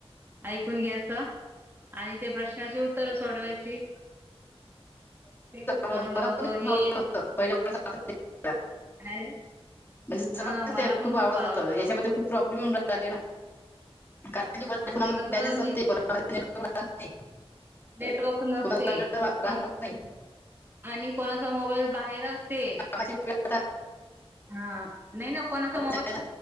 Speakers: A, on the right; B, on the left.
A: ऐकून घ्याचं आणि ते प्रश्नाची उत्तर सोडवायची. ते खूप
B: मला
A: चांगलं होतं
B: पण खूप
A: हे
B: आवडत
A: एक
B: पहिल्या
A: आहे
B: म्हणजे
A: हा
B: सर्
A: मला पण
B: खूप आवडत
A: आवडलं
B: होत याच्यामध्ये
A: होतं.
B: खूप प्रॉब्लेम आले ना, कारण की को
A: आणि
B: फोनामध्ये
A: ते कसं
B: बॅलेन्स संपते
A: ने
B: को नाही.
A: नेटवर्क नसते
B: कोणाचा वेळ रा- राहत
A: आणि
B: नाही
A: आणि कोणाचा मोबाईल बाहेर असते.
B: आ <unintelligible>
A: हा नाही ना कोणाचा
B: असं
A: मोबाईल
B: आहे ना.